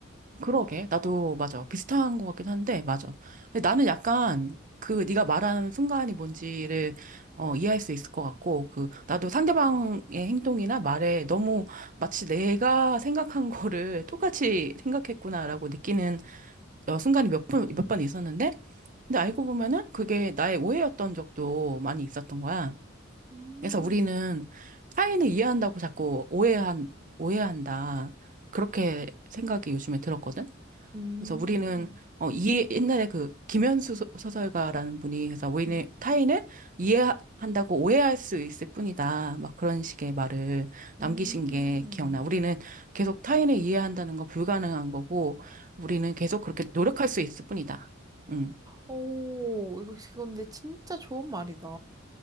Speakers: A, on the right (about 40°); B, on the right (about 20°).
A: 그러게. 나도 맞아. 비슷한 것 같긴 한데, 맞아. 근데 나는 약간 그 네가 말한 순간이 뭔지를 어, 이해할 수 있을 것 같고, 그 나도 상대방의 행동이나 말에 너무 마치 내가 생각한 거를 똑같이 생각했구나라고 느끼는 어, 순간이 몇 번, 몇 번 있었는데, 근데 알고 보면은 그게 나의 오해였던 적도 많이 있었던 거야.
B: 음,
A: 그래서 우리는 타인을 이해한다고 자꾸 오해한, 오해한다. 그렇게 생각이 요즘에 들었거든.
B: 음,
A: 그래서 우리는 어 이해 옛날에 그 김현수 소- 소설가라는 분이 그래서 우리는
B: 음.
A: 타인을 이해한다고 오해할 수 있을 뿐이다. 막 그런 식의 말을
B: 음.
A: 남기신 게 기억나. 우리는 계속 타인을 이해한다는 건 불가능한 거고 우리는 계속 그렇게 노력할 수 있을 뿐이다. 응.
B: 오, 이거 근데 진짜 좋은 말이다.